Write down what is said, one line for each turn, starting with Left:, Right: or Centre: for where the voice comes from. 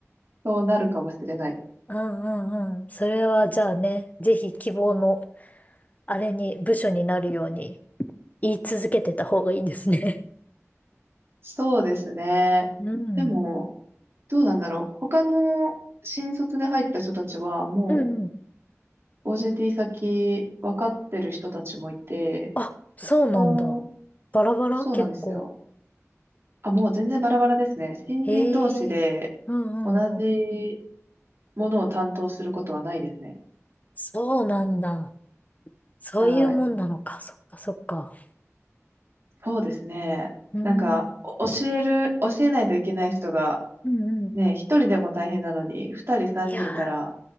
Right: そうなるかもしれない。
Left: うんうんうん。それはじゃあね、ぜひ希望の、あれに、部署になるように言い続けてた方がいいですね。
Right: そうですね。
Left: うん。
Right: でも、どうなんだろう。他の新卒で入った人たちは、も
Left: うんうん
Right: う OJT 先分かってる人たちもいて、
Left: あ、そうなんだ。
Right: あー
Left: バラバラ結構。
Right: そうなんですよ。あ、もう全然バラバラですね。新人同士で
Left: へえ。うんうんうん。
Right: 同じものを担当することはないですね。
Left: そうなんだ。そういうもんなのか。
Right: はい。
Left: そっかそっか。
Right: そうですね。
Left: うーん。
Right: なんか、お教える、教えないといけない人が、
Left: うんうん。
Right: ね、一人でも大変なのに、二人三人いたら、
Left: いやー、